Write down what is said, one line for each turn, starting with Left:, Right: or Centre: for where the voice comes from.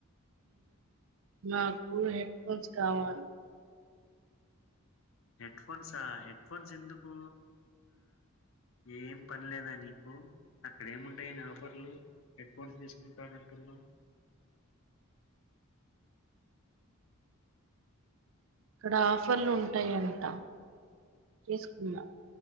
Right: నాకు హెడ్ ఫోన్స్ కావాలి
Left: హెడ్ ఫోన్సా హెడ్ ఫోన్స్ ఎందుకు ఏం పని లేదా నీకు అక్కడ ఏముంటాయని ఆఫర్లు హెడ్ ఫోన్స్ తీసుకుంటాన అంటున్నాం
Right: ఇక్కడ ఆఫర్లు ఉంటాయంట చేసుకున్నాం